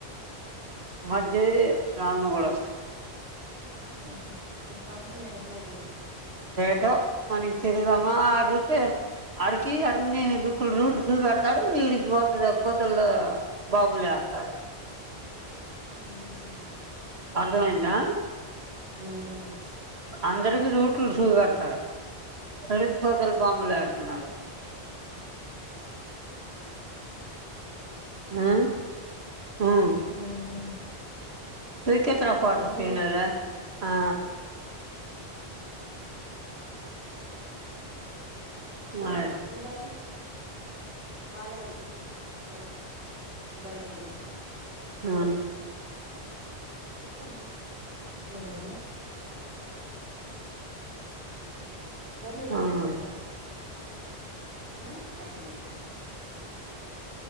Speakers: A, on the right (about 70°); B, on the right (about 85°).
A: మధ్యది రామ్నగడ వస్త.
B: ఓహా. అయితే ఫంక్షన్ ఈడుండేటి.
A: పో మార్నింగ్ తెలుదమ్మా ఆ రూటే ఆడికి అన్ని దుక్కులు రూట్ చుపెడతాడు ఇడికి వద్ద గొదలో బాబులేస్తాడు
B: ఉమ్
A: అర్థమైందా.
B: ఉమ్.
A: అందరికి రూట్లు చూప పెడతాడు తరి కోతల బాంబులు పెడుతున్నాడు. ఆ. ఆ
B: ఉమ్.
A: తిరికేతరావు కోట
B: సర్లేవే
A: పిలోండ్ల ఆ.
B: అమ్మా
A: రైట్
B: ఇది బయటి ఇచ్చి పాలవాడికి. చే బటిల్ బయట ఉంటది
A: ఆ
B: ఇస్తా పట్టు వెళకూడద. సర్లే ఇటు
A: అవును
B: ఇచ్చేస్తానులే. ఆ. అక్కడుండు.